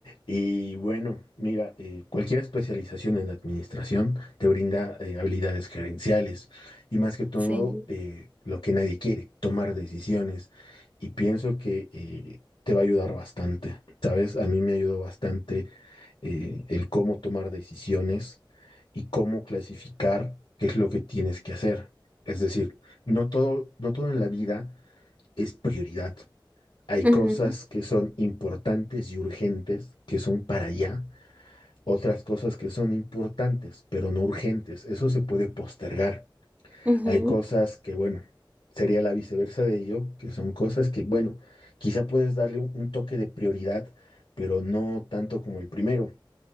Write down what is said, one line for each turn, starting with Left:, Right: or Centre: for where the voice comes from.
Left: Y bueno, mira, eh, cualquier especialización en administración te brinda eh, habilidades gerenciales y más que todo
Right: Sí,
Left: eh, lo que nadie quiere, tomar decisiones. Y pienso que eh, te va a ayudar bastante, ¿sabes? A mí me ayudó bastante eh, el cómo tomar decisiones y cómo clasificar qué es lo que tienes que hacer. Es decir, no todo, no todo en la vida es prioridad. Hay
Right: ujú,
Left: cosas que son importantes y urgentes, que son para allá. Otras cosas que son importantes, pero no urgentes. Eso se puede postergar.
Right: ujú.
Left: Hay cosas que, bueno, sería la viceversa de ello, que son cosas que, bueno, quizá puedes darle un, un toque de prioridad, pero no tanto como el primero.